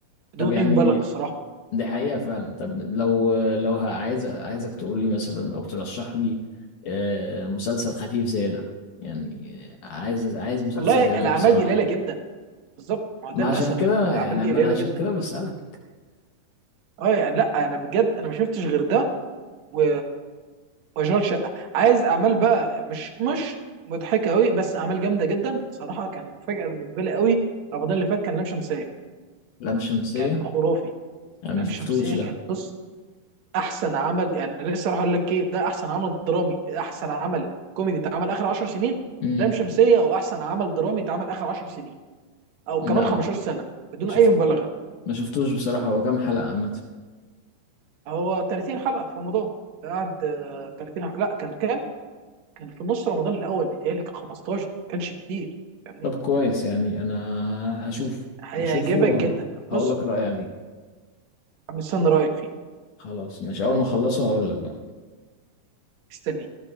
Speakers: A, on the right (about 75°); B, on the left (about 70°).
A: بدون
B: طب يعني
A: اي مبالغه الصراحه
B: دي حقيقة فعلا طب لو لو ه- عايز عايزك تقول لي مثلا او ترشح لي آه، مسلسل خفيف زي ده يعني عايز عايز مسلسل
A: والله
B: زي
A: الاعمال
B: ده بصراحة
A: دي قليله جدا بالظبط ما هو ده
B: ما
A: للاسف
B: عشان كده
A: الاعمال
B: يعني
A: دي
B: ما
A: قليله
B: انا عشان
A: جدا
B: كده بسألك
A: اه يعني لا انا بجد انا ما شفتش غير ده و... واشغال شقه عايز اعمال بقى مش مش مضحكه قوي بس اعمال جامده جدا صراحه كان مفاجاه بالنسبه لي قوي رمضان اللي فات كان لام شمسيه
B: لام شمسية
A: كان خرافي
B: انا ما
A: لام
B: شفتوش
A: شمسيه
B: ده
A: كان بص احسن عمل يعني انا لسه راح اقول لك ايه ده احسن عمل درامي احسن عمل كوميدي اتعمل اخر 10 سنين
B: امم
A: لام شمسيه او احسن عمل درامي اتعمل اخر 10 سنين او كمان
B: لا
A: 15 سنه بدون
B: شوف
A: اي مبالغه
B: ما شفتوش بصراحة هو كام حلقة عامة
A: هو 30 حلقه في رمضان قعد آه، 30 حلقه لا كان كام كان في نص رمضان الاول بتهيألي كان 15 ما كانش كتير فاهمني
B: طب كويس يعني انا هشوف
A: هيعجبك
B: هشوفه وهقول
A: جدا بص
B: لك رأيي عليه
A: مستني رايك فيه
B: خلاص مش اول ما اخلصه هقول لك بقى.
A: مستنيك